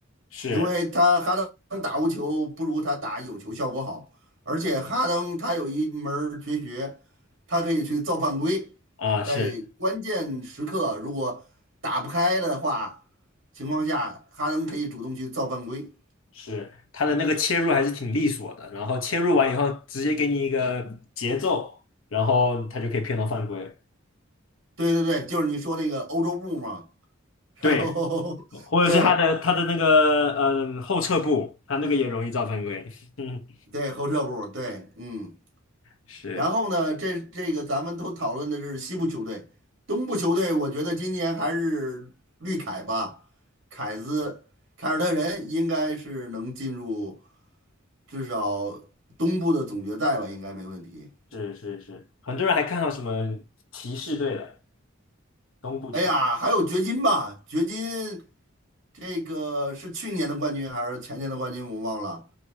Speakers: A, on the left; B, on the right.
A: 是
B: 因为他哈登打无球不如他打有球效果好，而且哈登他有一门儿绝学，他可以去造犯规，
A: 啊，
B: 在关键时刻如果打不开的话情况下，
A: 是
B: 哈登可以主动去造犯规。
A: 是，他的那个切入还是挺利索的，然后切入完以后直接给你一个节奏，然后他就可以骗到犯规。
B: 对对对，就是你说那个欧洲步嘛，然后
A: 对，
B: <laughs>
A: 或者是他的他的那个嗯后撤步，
B: 对
A: 他那个也容易造犯规。<laughs> 嗯，
B: 对后撤步，对，嗯。
A: 是
B: 然后呢，这这个咱们都讨论的是西部球队，东部球队，我觉得今年还是绿凯吧，凯子凯尔特人应该是能进入至少东部的总决赛吧，应该没问题。
A: 是是是，很多人还看到什么骑士队的东部骑，
B: 哎呀，还有掘金吧，掘金这个是去年的冠军还是前年的冠军，我忘了。